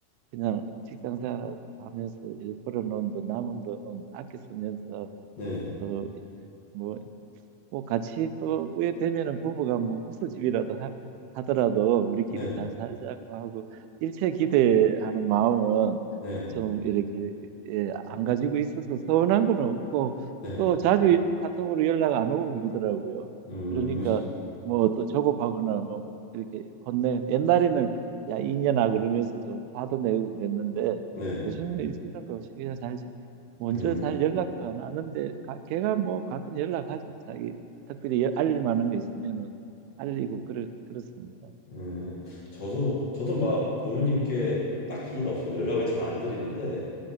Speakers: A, on the right; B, on the left.
A: 그냥 직장 생활 하면서 일 벌어놓은 돈 남은 돈 아껴 쓰면서
B: 네,
A: 또뭐 뭐 같이 또 후회 되면은 부부가 뭐 국수집이라도 하, 하더라도 우리끼리
B: 네,
A: 잘 살자고 하고 일체 기대하는 마음은
B: 네.
A: 좀 이렇게 예, 안 가지고 있어서 서운한 건 없고
B: 네,
A: 또 자주 카톡으로 연락 안 오고 그러더라고요.
B: 음,
A: 그러니까 뭐 또 조급하거나 뭐 이렇게 혼내 옛날에는 야 이년아 그러면서 좀 화도 내고 그랬는데
B: 네,
A: 요즘은 일찍 이런 거 없이 그냥 잘 지- 먼저
B: 음,
A: 잘 연락도 안 하는데 가- 걔가 뭐 가끔 연락하죠. 자기 특별히 알릴 만한 게 있으면은 알리고 그렇 그렇습니다.
B: 음, 저도 저도 막 부모님께 딱히 일 없으면 연락을 잘 안 드리는데